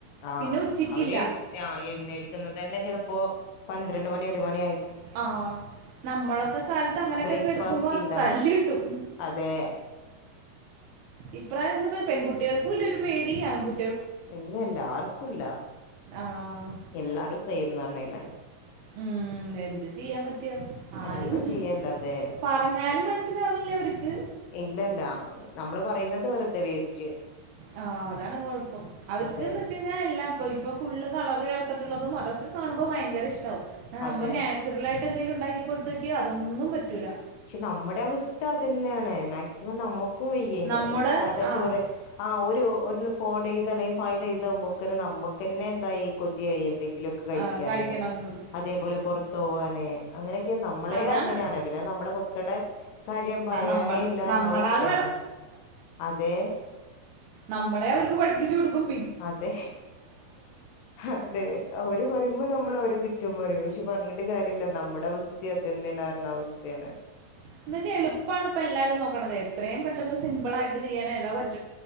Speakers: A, on the left; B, on the right.
A: ആ
B: പിന്നെ ഉച്ചക്കില്ല
A: അവര് ആ എഴുന്നേൽക്കുന്നതന്നെ ചെലപ്പോ പന്ത്രണ്ട് മണി ഒരു മണിയ
B: ആ നമ്മളൊക്കെ കാലത്ത് അങ്ങനെക്കെ
A: ബ്രേക്ക്ഫാസ്റ്റ്
B: കെടുക്കുമ്പോ
A: ഇല്ല
B: തല്ല് കിട്ടും
A: അതെ
B: ഇപ്രായംന്ന് പെൺകുട്ടികൾക്കും ഇല്ലരു പേടി ആൺ കു
A: എങ്ങല്ല ആർക്കുംല്ല
B: ആഹ്
A: എല്ലാരും പെയ്യുംന്ന് പറന്നില്ലേ
B: ഉം എ ന്ത്‌ ചെയ്യാൻ പറ്റ ആരും
A: ഒന്നും ചെയ്യല്ല അതെ
B: പറഞ്ഞാലും മൻ ൻസിലാവില്ല്യ അവര്ക്ക്
A: ഇല്ലല്ല നമ്മള് പറയ്ന്നത് വെർതെ വേസ്
B: ആ അതാണ് കൊഴപ്പം അവർക്ക്ന്ന്
A: അതെ
B: വെച്ചയ്ഞ്ഞാ എല്ലാം പ്പം ഇപ്പം ഫുള്ള് കളറ് ചേർത്ത്ട്ട്ള്ളതും അതൊക്കെ കാണ് മ്പോ ഭയങ്കര ഇഷ്ടാവും ആ
A: അതെ
B: മ്മൾ നാച്ചുർലായ് എന്തേലും ണ്ടാക്കി കൊട്ത്താേക്ക്യേ അതൊന്നും പറ്റൂല്ല
A: ക്ഷെ നമ്മ്ടെ അവസ്ഥ അതന്നേണ് മാക്സിമം നമു ക്കും യ്യേന്യാേ
B: നമ്മള്
A: സാദാ
B: ആഹ്
A: ചോറ് ആ ഓര് ഒ ഫോർഡേയ്സ് അല്ലെങ്കി ഫൈഡേയ്സാവുമ്പക്ക്ന് നമ്മ്ക്കെന്നെന്തായി കൊത്യായി എ ന്തെങ്കിലാെക്കെ കഴിക്കാന്
B: ആഹ് കഴിക്കണംന്ന്
A: അതേ പോലെ പൊർത്താേവാന് അങ്ങനെക്കെ നമ്മളേ
B: അതാണ്
A: അങ്ങനെ ആണ് പിന്നെ നമ്മടെ ക്കടെ കാര്യം പറയാനേ
B: നമ്മ
A: ഇല്ലാർന്ന
B: നമ്മളാണ്
A: അവസ്ഥയാ അതേ
B: നമ്മളേ അവര്ക്ക് പഠിപ്പിച്ച് കൊട്ക്കും
A: അതെ അതെ അവര് പറയുമ്പോ നമ്മൾ അവരെ കുറ്റം പറയും പക്ഷെ പറഞ്ഞിട്ട ട്ട് കാര്യല്ല നമ്മുടെ അവസ്ഥ അതന്നെയാണ് പറഞ്ഞ അവസ്ഥയാണ്
B: എന്ന് വച്ചാ എളുപ്പാണ് ഇപ്പ എല്ലാരേം നോക്കണത് എത്രയും പെട്ടെന്ന് സിമ്പിൾ ആയിട്ട് ചെയ്യാനായിട്ട് ഏതാ പറ്റ്